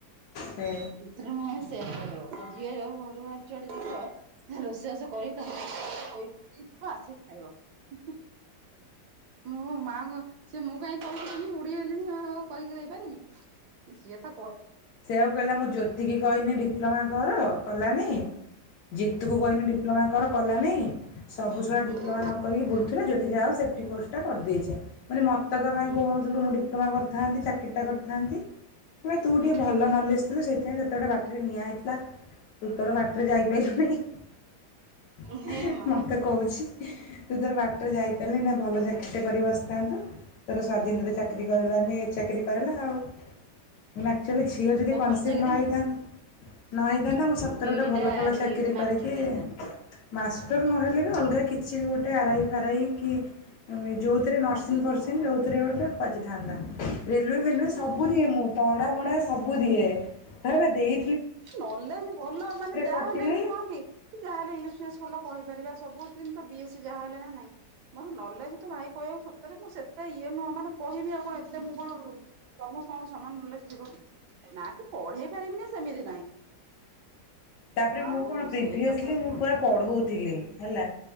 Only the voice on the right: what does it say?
ଏଥର ମୁଁ ସେଏଆ କରିବ ଯିଏ ଯାହା ଘରୁ ବାହାରିକି ଯୁଆଡେ ଯିବ ରୋଷେଇବାସ କରିକି ତାପରେ ଥୋଇକି ଯିବ ଆସିକି ଖାଇକି ଖାଇବ ହିଁ ହିଁ। ମୁଁ ମାଆଙ୍କ ସେ ମୁଁ କାହିଁକି କହିକି କହିଲୁ ଦେବି ମୁଁ ବୁଢ଼ୀ ହେଲିଣି ଆଉ କରିକି ଦେଇପାରିବି। ସିଏତ
ହୁଁ
ହୁଁ
ହୁଁ
ହେ ମା
କୋଉ
ଭଲ ଚାକିରି
ହୁଁ
ବିଇଡି
ଟା
ବି
ମାଷ୍ଟରରେ
ହେଇଥାନ୍ତୁ
ପକେଇ ଦେଇଥାନ୍ତୁ।
ହୁଁ
ନଲେଜ ଭଲ ମାନେ ଯାହା
ହେଲେ କି କଣ କି ଯାହା ହେଲେ ଇଂ ଭଲ କହିପାରିବା ସବୁ ଜିନିଷ ବିଏସିି ଯାହାହେଲେ ନା ନାଇଁ। ମୋର ନଲେଜ ତ ଭାଇ କହିବାକୁ ସତରେ ମୁଁ ସେତେ ଇଏ ନୁହଁ ମାନେ କହିବି ଆଉ କଣ ଏତେ ମୁଁ କଣ ତମ ସାଙ୍ଗରେ ସମାନ ନଲେଜ ଥିବ କି ନା କି ପଢେଇ ପାରିବି ନା ସେମିତି ନାହିଁ
ଆଉ
ସେଇ କଥା କୁହନ୍ତି